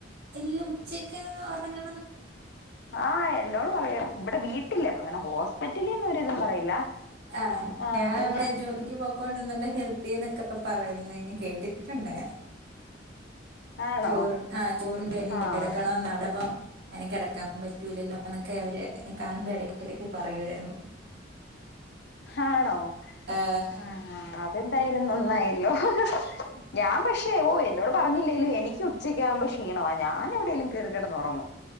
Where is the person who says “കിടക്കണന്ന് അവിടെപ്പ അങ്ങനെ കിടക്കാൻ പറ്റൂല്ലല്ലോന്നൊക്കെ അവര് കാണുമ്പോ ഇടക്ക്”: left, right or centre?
Right